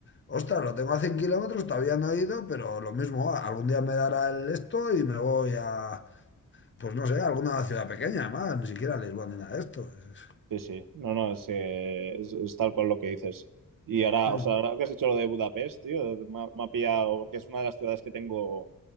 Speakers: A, on the left; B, on the right.
A: ostras, lo tengo a 100 kilómetros, todavía no he ido, pero lo mismo, ah, algún día me dará el esto y me voy a, pues no sé, a alguna ciudad pequeña, más, ni siquiera a Lisboa ni nada de esto. Es- es-
B: sí, sí. No, no, es, eh, es- es tal cual lo que dices. Y ahora,
A: Mm,
B: o sea, ahora que has dicho lo de Budapest, tío, me, ha me ha pillado, porque es una de las ciudades que tengo